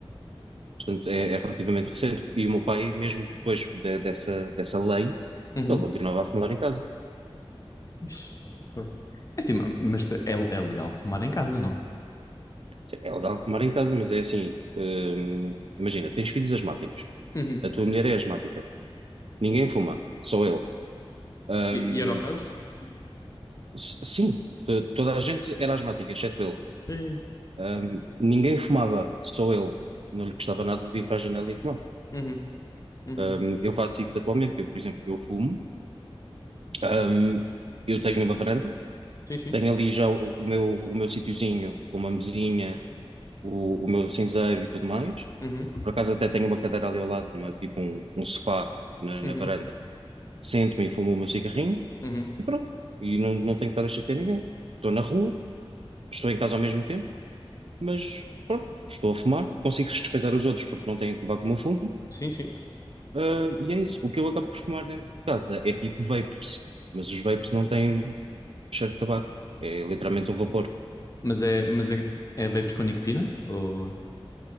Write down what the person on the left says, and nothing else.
uhum.
Ixi, fogo. É assim, ma- mas te- é, é legal fumar em casa, não?
Uhum.
E, e era o caso?
É.
Uhum, uhum.
Sim, sim.
Uhum,
uhum,
uhum.
Sim, sim.
Mas é, mas é, é vapes com nicotina? Ou...